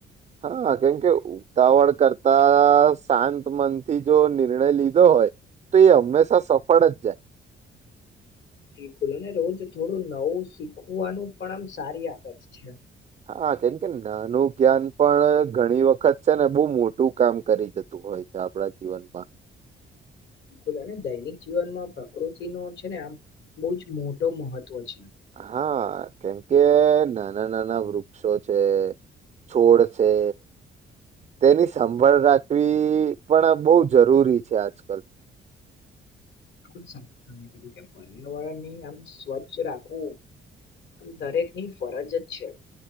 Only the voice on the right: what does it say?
હા કેમકે ઉતાવળ કરતા શાંત મનથી જો નિર્ણય લીધો હોય. તો એ હંમેશા સફળ જ જાય.
હા કેમ કે નાનું જ્ઞાન પણ ઘણી વખત છે ને બહુ મોટું કામ કરી જતું હોય આપણા જીવનમાં.
હા કેમ કે નાના નાના વૃક્ષો છે. છોડ છે. તેની સંભાળ રાખવી પણ બહુ જરૂરી છે આજકાલ.